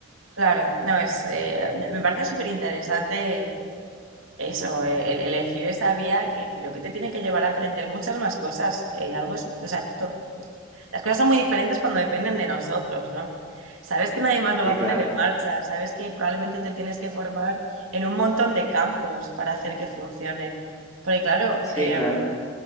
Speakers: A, on the right; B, on the left.
A: Claro, no es, eh, me, me parece súper interesante eso, eh, el, elegir esa vía que creo que te tiene que llevar a aprender muchas más cosas. eh, algo es, o sea, to- las cosas son muy diferentes cuando dependen de nosotros, ¿no? Sabes que nadie más lo
B: Sí,
A: va a poner
B: claro.
A: en marcha, sabes que probablemente te tienes que formar en un montón de campos para hacer que funcione. Porque claro,
B: Sí,
A: eh,
B: claro.